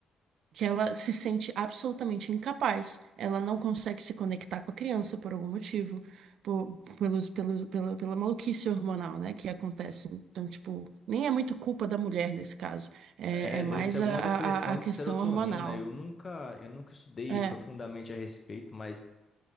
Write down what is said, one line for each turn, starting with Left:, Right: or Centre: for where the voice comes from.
Right: que ela se sente absolutamente incapaz. Ela não consegue se conectar com a criança por algum motivo, por, pelos, pelo, pela, pela maluquice hormonal, né, que acontece. Então, tipo, nem é muito culpa da mulher nesse caso, é,
Left: é,
Right: é mais
Left: deve ser alguma
Right: a, a,
Left: depressão
Right: a questão
Left: de serotonina.
Right: hormonal.
Left: Eu nunca, eu nunca estudei
Right: É,
Left: profundamente a respeito, mas